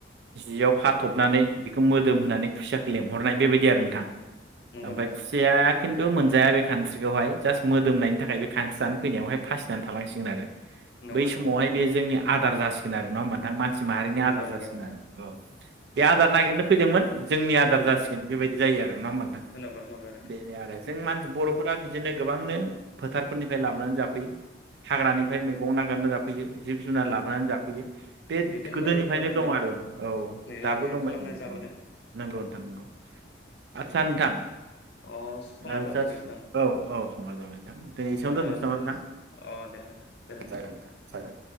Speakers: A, on the right; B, on the left.
A: जियाव खाथबनानै बेखौ मोदोम होनानै खुसियाखौ लेंहरनाय बेबायदि आरो नोंथां।
B: नंगौ
A: ओमफाय
B: नंगौ
A: खुसियाया
B: नोंथां
A: खिन थु मोनजाया बे कानस्रिखौहाय जास्ट मोदोमनायनि थाखाय बे कानस्रि जानो फैनायावहाय फासिनानै थालांसिगोन आरो।
B: नंगौ
A: बै
B: नंगौ
A: समावहाय
B: नोंथां नं
A: बे जोंनि आदार जासिगोन आरो नङा होनबा नोंथां? मान सि माहारिनि
B: नंगौ
A: आदार जासिगोन
B: नंगौ नोंथां
A: आरो। बे आदार नागिरनो फैदोंमोन जोंनि आदार जासिगोन
B: औ
A: बेबायदि जायो आरो नङा होमबा नोंथां?
B: नंगौ नंगौ नोंथां
A: बेनो आरो जों मान बर'फोर बा बिदिनो गोबांनो फोथारफोरनिफ्राय लाबोनानै जाफैयो। हाग्रानिफ्राय मैगं नागारना जाब हैयो जिब जुनार लाबोनानै जाफैयो। बेद
B: बिदिनो
A: गोदोनिफ्रायनो
B: मैहुर खालामनानै
A: दं आरो औ
B: मैहुर
A: दाबो
B: मैहुर
A: दंबाय
B: खालामना
A: थायो
B: जाबोदों
A: औ नंगौ नोंथां नंगौ आस्सा नोंथां
B: अ समा
A: ओ
B: जाबाय
A: जास्ट
B: नोंथां
A: औ औ समाय जाबाय नोंथां
B: होमबा
A: दे एसेयावनो दोनथ'सै नामा
B: दोन
A: नोंथां?
B: अ दे नोंथां गोजोन्थों
A: जागोन नोंथां जागोन।